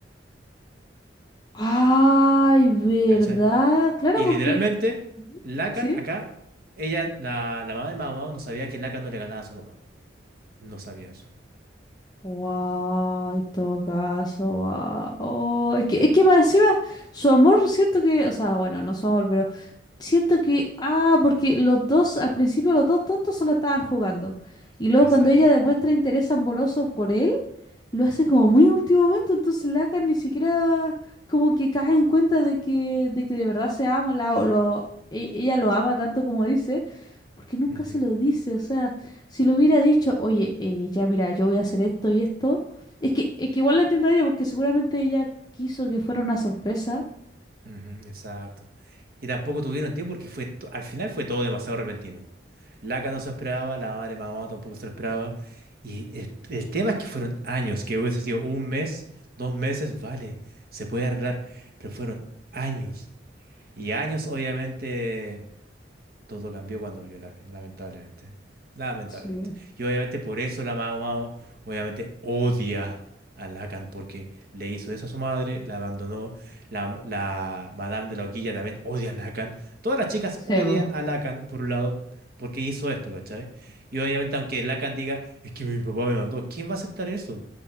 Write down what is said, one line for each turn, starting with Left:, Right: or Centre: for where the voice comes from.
Left: Ay, ¿verdad?
Right: ¿cachai?
Left: Claro,
Right: Y
Left: porque...
Right: literalmente, Lacan,
Left: Ujú.
Right: acá, ella, la, la mamá de Mao Mao no sabía que Lacan no le ganaba a su papá. No sabía eso.
Left: Wow, en todo caso, wow. Oh, es que, es que más encima, su amor, siento que, o sea, bueno, no su amor, pero siento que, ah, porque los dos, al principio los dos tontos solo estaban jugando. Y luego
Right: Exacto.
Left: cuando ella demuestra interés amoroso por él, lo hace como muy a último momento, entonces Lacan ni siquiera como que cae en cuenta de que, de que de verdad se ama, la- lo, e- ella lo ama tanto como dice. Porque nunca
Right: Ujú,
Left: se lo dice, o sea, si lo hubiera dicho, oye, eh, ya mira, yo voy a hacer esto y esto, es que, es que igual la entiendo a ella porque seguramente ella quiso que fuera una sorpresa.
Right: ujú, exacto. Y tampoco tuvieron tiempo porque fue, to- al final fue todo demasiado repentino. Laca no se esperaba, la madre mamá tampoco se lo esperaba. Y el, el tema es que fueron años, que hubiese sido un mes, dos meses, vale, se puede arreglar, pero fueron años. Y años, obviamente. Todo cambió cuando volvió Lacan, lamentablemente. Lamentablemente.
Left: Sí.
Right: Y obviamente por eso la Mao Mao obviamente odia a Lacan porque le hizo eso a su madre, la abandonó. La, la Madame de la Hoquilla también odia a Lacan. Todas las chicas
Left: Sebo,
Right: odian a Lacan, por un lado, porque hizo esto, ¿cachai? Y obviamente aunque Lacan diga, es que mi papá me mandó, ¿quién va a aceptar eso?